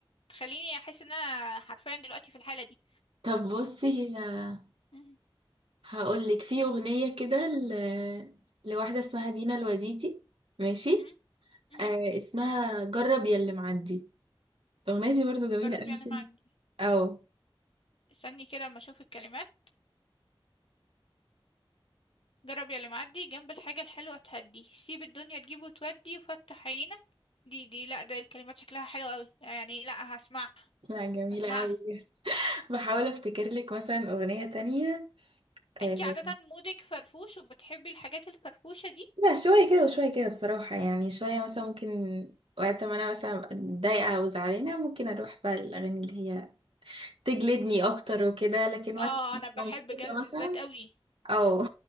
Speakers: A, on the left; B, on the right.
A: بتخليني احس ان انا حرفيا دلوقتي في الحاله دي
B: طب بصي ه-
A: مهم.
B: هقولك في أغنية كده ل... لواحدة اسمها دينا الوديدي ماشي
A: مهم. مهم.
B: آه اسمها جرب يا اللي معدي الأغنية دي برضو جميلة
A: جرب
B: أوي
A: يا اللي معدي
B: اه
A: استني كده اما اشوف الكلمات جرب يا اللي معدي جنب الحاجه الحلوه تهدي سيب الدنيا تجيب وتودي وفتح عينك دي دي لا ده الكلمات شكلها حلو قوي يعني لا هسمعها
B: لا جميلة
A: هسمعها
B: أوي بحاول افتكر لك مثلا أغنية تانية آه،
A: انتي عادة مودك فرفوش وبتحبي الحاجات الفرفوشة دي
B: لا شوية كده وشوية كده بصراحة يعني شوية مثلا ممكن وقت ما أنا مثلا أبقى متضايقة أو زعلانة ممكن أروح بقى للأغاني اللي هي تجلدني أكتر وكده لكن وقت
A: اه
B: ما
A: انا بحب
B: أبقى مبسوطة
A: جلد
B: مثلا
A: الذات قوي
B: أو